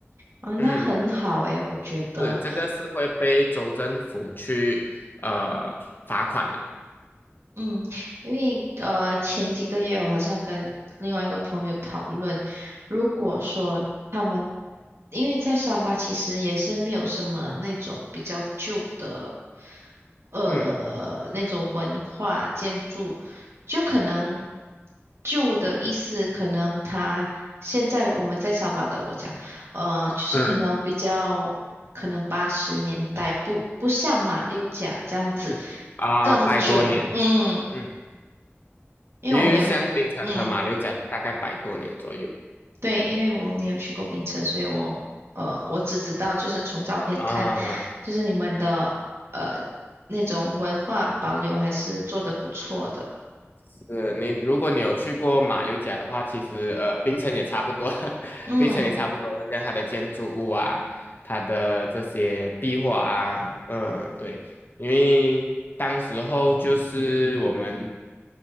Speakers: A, on the right; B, on the left.
A: 哦，那很好诶，
B: 嗯
A: 我觉得，
B: 是这个是会被州政府去呃罚款的。
A: 嗯，因为呃前几个月我好像跟另外一个朋友讨论，如果说他们因为在沙巴其实也是没有什么那种比较旧的呃那种文化建筑，
B: 嗯
A: 就可能旧的意思可能他现在我们在沙巴的我讲，呃就是可能比较可能八十年代不不像马六甲这样子。
B: 嗯啊，
A: 更久，
B: 百多年。
A: 嗯，
B: 嗯，
A: 因为我没有，
B: 因为香槟城和马六甲大概百多年左右。
A: 嗯，对，因为我没有去过槟城，所以我，呃，我只知道就是从照片看，
B: 啊、
A: 就是你们的呃那种文化保留还是做得不错的，
B: 是你，如果你有去过马六甲的话，其实呃，槟城也差不多，<laughs>
A: 嗯
B: 槟城也差不多是跟它的建筑物啊，它的这些壁画啊，嗯，对，因为当时候就是我们